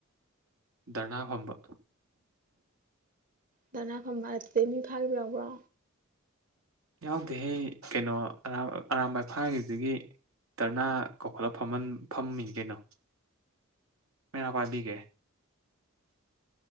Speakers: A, on the right (about 75°); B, on the right (about 40°).
A: ꯙꯔꯅꯥ ꯐꯝꯕ
B: ꯙꯔꯅꯥ ꯐꯝꯕ ꯑꯗꯨꯗꯒꯤ ꯃꯤ ꯐꯥꯈꯤꯕ ꯌꯥꯎꯕ꯭ꯔꯣ
A: ꯌꯥꯎꯗꯦꯍꯦ ꯀꯩꯅꯣ ꯑꯔꯥꯃꯔꯝꯕꯥꯏ ꯐꯥꯈꯤꯕꯗꯨꯗꯒꯤ ꯙꯔꯅꯥ ꯀꯧꯈꯠꯂ ꯐꯝꯍꯥꯟꯐꯝꯃꯤꯗꯤ ꯀꯩꯅꯣ ꯃꯦꯔ ꯄꯥꯏꯕꯤꯒꯦ